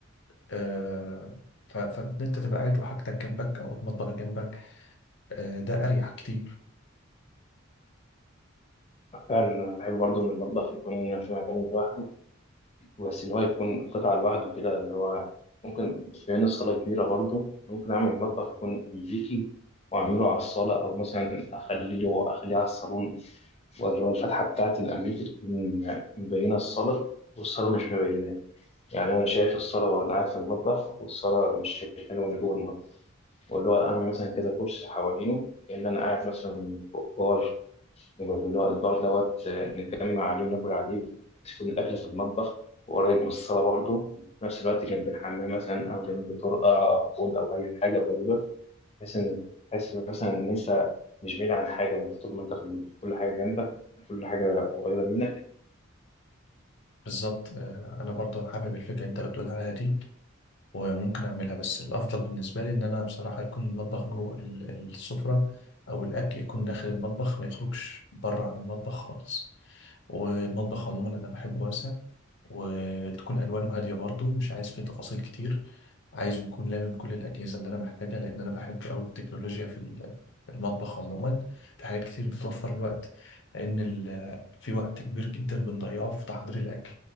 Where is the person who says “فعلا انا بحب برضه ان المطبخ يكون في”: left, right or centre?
Left